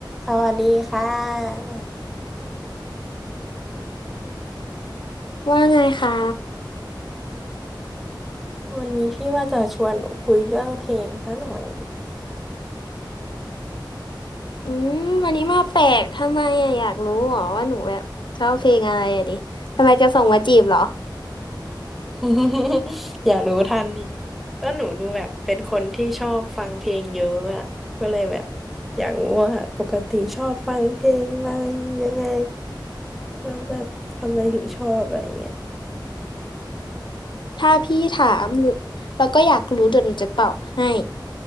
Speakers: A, in the centre; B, on the left.
A: สวัสดีค่ะ
B: ว่าไงคะ
A: วันนี้พี่ว่าจะชวนคุยเรื่องเพลงซะหน่อย
B: อืมวันนี้มาแปลกทำไมอะอยากรู้เหรอว่าหนูแบบชอบเพลงอะไรอะดิทำไมจะส่งมาจีบเหรอ
A: <laughs> อย่ารู้ทันนี่ก็หนูดูแบบเป็นคนที่ชอบฟังเพลงเยอะอ่ะก็เลยแบบอยากรู้ว่าปกติชอบฟังเพลงอะไรยังไงแล้วแบบทำไมถึงชอบอะไรเงี้ย
B: ถ้าพี่ถามหรือแล้วก็อยากรู้เดี๋ยวหนูจะตอบให้